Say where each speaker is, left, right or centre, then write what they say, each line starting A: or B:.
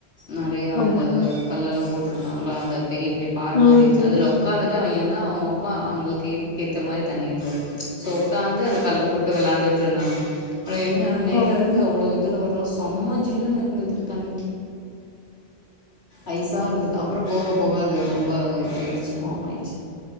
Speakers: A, on the left (about 75°); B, on the left (about 40°).
A: நெறையா
B: ஓஹோ
A: அந்த கல்லல்லா போட்ருந்தாங்ளா அந்த பெரிய பெரியப் பார மாறி
B: ம்
A: இஞ்ச்சு
B: ம்
A: அதுல உக்காந்துட்டு அவிங்க வந் அவங்க ஒக்கா அவங்களுக்கு இடுப்புக்கு ஏத்த மாரி தண்ணி இருந்தது ஸோ உக்காந்து அந்த கல்ல போட்டு வெளாண்டுட்டு இருந்தாங்க ஆனா என்ன மேல
B: ஓ
A: இருந்து அவ்ள இதுல வரு சம்ம ஜில்லுன்னு இருந்தது தண்ணி ஐஸா இருந்தது அப்ற போக போக அது ரொம்ப இதாயிடுச்சு வாம் ஆயிடுச்சு